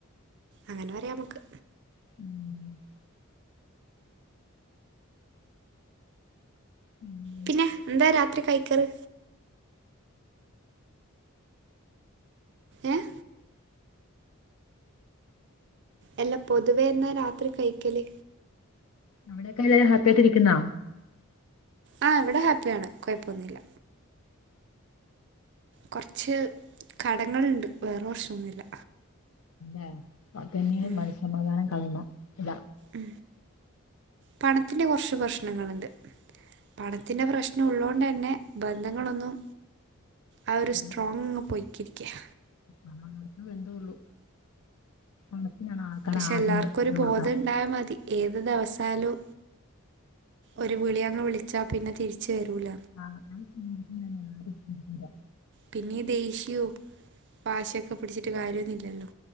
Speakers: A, on the right; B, on the left.
A: അങ്ങനെ പറയാ നമുക്ക്
B: ഉം ഉം
A: പിന്നെ എന്താ രാത്രി കഴിക്കാറ് ഏഹ് അല്ല പൊതുവേ എന്നാ രാത്രി കഴിക്കല്
B: അവിടെയക്കെ എല്ലരും ഹാപ്പി ആയിട്ടിരിക്കുന്നാ
A: ആ ഇവിടെ ഹാപ്പിയാണ് കുഴപ്പം ഓന്നുല്ല കുറച്ച് കടങ്ങളുണ്ട് വേറെ പ്രശ്നന്നുമില്ല
B: ഏഹ് അത്
A: ഉം
B: സമാധാനം കളഞ്ഞ ഇതാ
A: ഉ പണത്തിന്റെ കുറച്ച് പ്രശ്നങ്ങുണ്ട് പണത്തിന്റെ പ്രശ്ന ളോണ്ട് തന്നെ ബന്ധങ്ങളൊന്നും ആ ഒരു
B: ഇത്
A: സ്ട്രോങ്ങ്ങ് പൊയിക്കിരിക്കുക
B: ആ നടത്ത ബന്ധള്ളു പണത്തിനാണ് ആൾക്കാര
A: പക്ഷെ
B: ആദ്യണ്ട്
A: എല്ലാവർക്കും ഒരു
B: ഇത് കൊടുക്ക
A: ബോധം ഉണ്ടായാൽ മതി ഏത് ദിവസായാലും ഒരു വിളി അങ്ങ് വിളിച്ചാ പിന്നെ തിരിച്ച വരൂല
B: ആഹ് അത് ചിന്തിക്കുന്ന മാതിരി ആരും ചിന്തിക്കില്ല
A: പിന്നെ ദേഷ്യോ വാശിയൊക്കെ പിടിച്ചിട്ട് കാര്യമൊന്നും ഇല്ലല്ലോ.